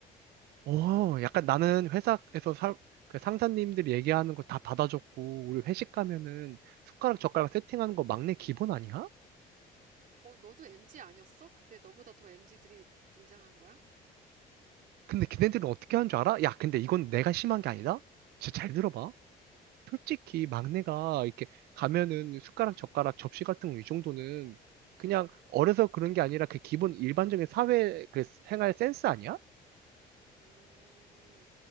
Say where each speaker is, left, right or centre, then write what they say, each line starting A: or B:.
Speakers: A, on the right (about 70°); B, on the right (about 55°).
A: 어, 약간 나는 회사에서 사, 그 상사님들이 얘기하는 거 다 받아줬고, 우리 회식 가면은 숟가락 젓가락 세팅하는 거 막내 기본 아니야?
B: 어, 너도 MG 아니었어? 근데 너보다 더 MG들이 등장한 거야?
A: 근데 걔네들은 어떻게 하는 줄 알아? 야, 근데 이건 내가 심한 게 아니다? 진짜 잘
B: 음,
A: 들어봐.
B: 응
A: 솔직히 막내가 이렇게 가면은 숟가락 젓가락 접시 같은 거 이 정도는 그냥 어려서 그런 게 아니라 그 기본 일반적인 사회 그 생활 센스 아니야?
B: 음,